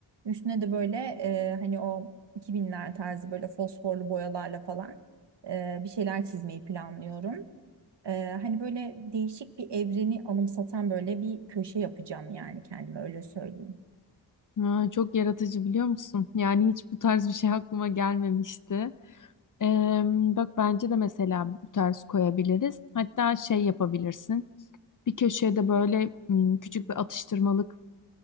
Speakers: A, on the right (about 65°); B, on the left (about 45°).
A: Üstüne de böyle e, hani o 2000'ler tarzı böyle fosforlu boyalarla falan e, bir şeyler çizmeyi planlıyorum. Ee, hani böyle değişik bir evreni anımsatan böyle bir köşe yapacağım yani kendime öyle söyleyeyim.
B: Ha, çok yaratıcı biliyor musun? Yani hiç bu tarz bir şey aklıma gelmemişti. Eee, bak bence de mesela bu tarz koyabiliriz. Hatta şey yapabilirsin. Bir köşeye de böyle m, küçük bir atıştırmalık